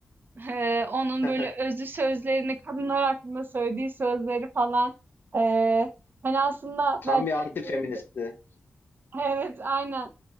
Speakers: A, on the right; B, on the left.
A: Eee, onun
B: <laughs>
A: böyle özlü sözlerini, kadınlar hakkında söylediği sözleri falan. Eee, hani, aslında
B: Tam
A: belki
B: bir anti-feministti.
A: bir <laughs> Evet, aynen.